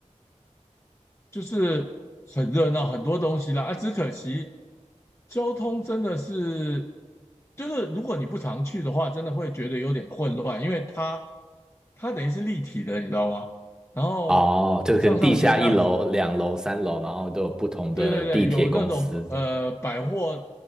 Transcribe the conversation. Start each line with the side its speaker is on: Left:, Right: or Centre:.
Left: 就是很热闹，很多东西啦。啊，只可惜交通真的是，就是如果你不常去的话，真的会觉得有点混乱，因为它它等于是立体的，你知道吗？然后上上下下走，
Centre: 哦，就是可能地下一楼、两楼、三楼，然后都有不同的地铁公司这样。
Left: 对对对，有那种呃百货